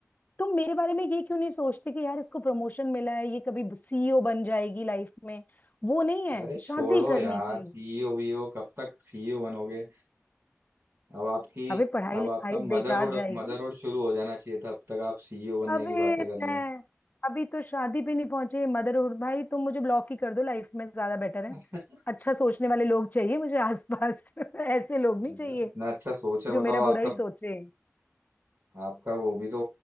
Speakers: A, on the left; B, on the right.
A: तुम मेरे बारे में ये क्यों नहीं सोचते कि यार इसको प्रमोशन मिला है ये कभी सीईओ बन जाएगी लाइफ में वो नहीं है
B: अरे छोड़ो
A: शादी करने
B: यार
A: की
B: सीईओ वीओ कब तक सीईओ बनोगे अब आपकी
A: अबे पढ़ाई
B: अब
A: लिखाई
B: आपका मदरहुड
A: बेकार जाएगी
B: मदरहुड शुरू हो जाना चाहिए था अब तक आप सीईओ बनने
A: अबे
B: की बातें कर रहे
A: मैं
B: हो
A: अभी तो शादी पे नहीं पहुंचे मदरहुड भाई तुम मुझे ब्लॉक ही कर दो लाइफ में ज्यादा बेटर
B: <laughs>
A: है अच्छा सोचने वाले लोग चाहिए मुझे आसपास <laughs> ऐसे लोग नहीं
B: यार
A: चाहिए
B: इतना अच्छा सोच है
A: जो
B: बताओ
A: मेरा बुरा
B: आपका
A: ही सोचे
B: आपका वो भी तो